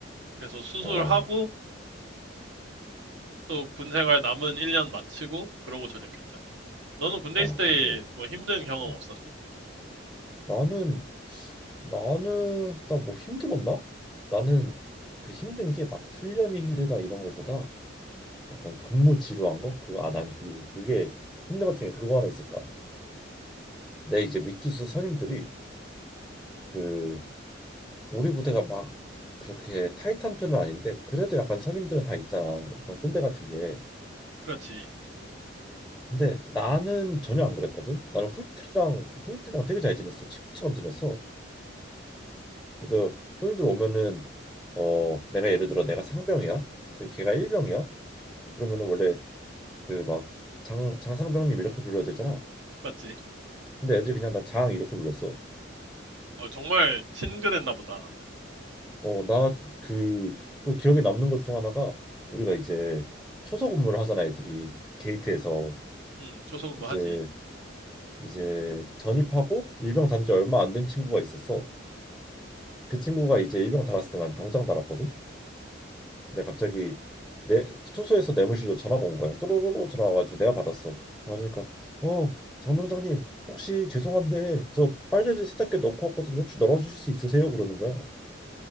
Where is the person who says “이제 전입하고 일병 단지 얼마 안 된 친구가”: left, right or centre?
Centre